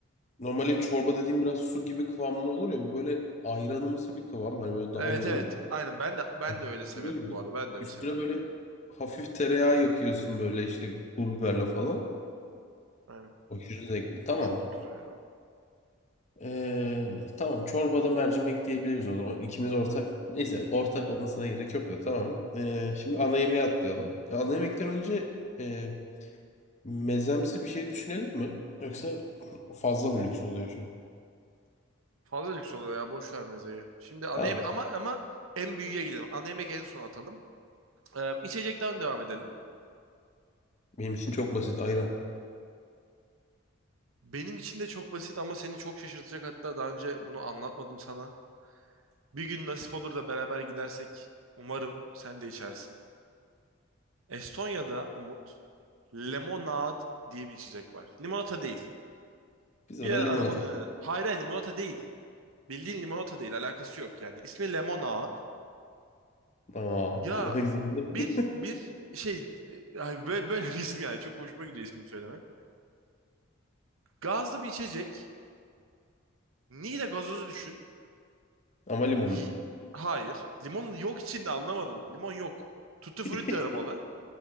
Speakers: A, on the left (about 35°); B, on the right (about 75°).
A: Normalde çorba dediğim biraz su gibi kıvamda olur ya bu böyle ayranımsı bir kıvam hani böyle
B: Evet
A: daha yoğun.
B: evet. Aynen ben de ben
A: Bak,
B: de öyle severim
A: Kilo güzel.
B: bu arada. Ben de öyle
A: Üstüne
B: severim
A: böyle
B: ya.
A: hafif tereyağı yakıyorsun böyle işte pul biberle falan.
B: Aynen.
A: Aşırı zevkli. Tamam.
B: Çok güzel ya.
A: Ee, tamam çorbada mercimek diyebiliriz o zaman. İkimiz ortak. Neyse ortak olmasına gerek yok da tamam. Ee, şimdi ana yemeğe atlayalım. Ana yemekten
B: Hı-hı.
A: önce e, mezemsi bir şey düşünelim mi? Yoksa fazla mı lüks oluyor şu an?
B: Fazla lüks oluyor ya. Boş ver mezeyi. Şimdi ana
A: Tamam.
B: yemek ama ama en büyüğe gidelim. Ana yemek en son atalım. Ee, içecekten devam edelim.
A: Benim için çok basit ayran.
B: Benim için de çok basit ama seni çok şaşırtacak. Hatta daha önce bunu anlatmadım sana. Bir gün nasip olur da beraber gidersek umarım sen de içersin. Estonya'da Umut limonad diye bir içecek var. Limonata değil.
A: Biz
B: Bir
A: ona
B: ara
A: limon
B: aramanı...
A: atalım.
B: Hayır hayır, limonata değil. Bildiğin limonata değil. Alakası yok yani. İsmi limonad.
A: Tamam
B: Ya
A: demek zorunda mıyız?
B: bir bir şey e, ay böyle, böyle bir isim yani. Çok hoşuma gidiyor ismini söylemek. Gazlı bir içecek. Niğde gazozu düşün.
A: <laughs> Ama limonlu.
B: Y- Hayır. Limon yok içinde anlamadım. Limon yok. Tutti frutti
A: <laughs>
B: aromalı.